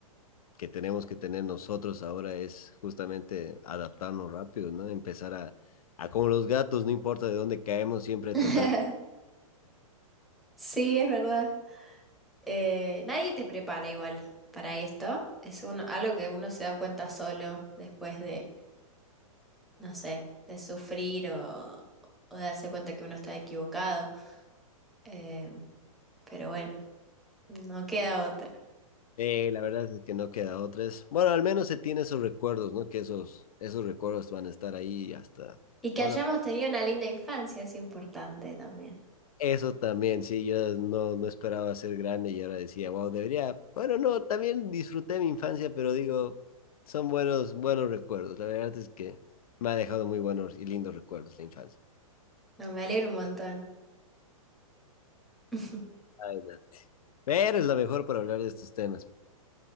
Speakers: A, on the left (about 80°); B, in the centre.
A: que tenemos que tener nosotros ahora es justamente adaptarnos rápido, ¿no? Empezar a, a como los gatos, no importa de dónde caemos, siempre tratar
B: <laughs>
A: de...
B: Sí, es verdad. Eh, nadie te prepara igual para esto. Es uno- algo que uno se da cuenta solo después de, no sé, de sufrir o, o darse cuenta que uno está equivocado. Eh, pero bueno, no queda otra.
A: Eh, la verdad es que no queda otra. Es, bueno, al menos se tiene esos recuerdos, ¿no? Que esos, esos recuerdos van a estar ahí hasta...
B: Y que
A: Bueno,
B: hayamos tenido una linda infancia es importante también.
A: eso también, sí, yo no, no esperaba ser grande y ahora decía, wow, debería... Bueno, no, también disfruté mi infancia, pero digo, son buenos, buenos recuerdos. La verdad es que me ha dejado muy buenos y lindos recuerdos la infancia.
B: No, me alegro un montón. <laughs>
A: Ay, no. Pero es lo mejor para hablar de estos temas.